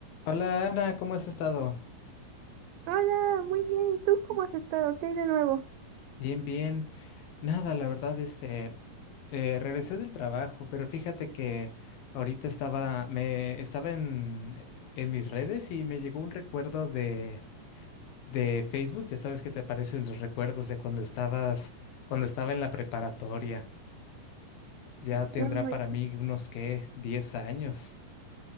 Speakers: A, on the left (about 75°); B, on the right (about 75°).
A: Hola Ana, ¿cómo has estado?
B: Hola, muy bien. ¿Y tú cómo has estado? ¿Qué hay de nuevo?
A: Bien, bien. Nada, la verdad, este, eh, regresé del trabajo, pero fíjate que ahorita estaba, me estaba en, en mis redes y me llegó un recuerdo de, de Facebook. Ya sabes qué te parecen los recuerdos de cuando estabas, cuando estaba en la preparatoria. Ya
B: Ay,
A: tendrá para mí unos, ¿qué? diez años.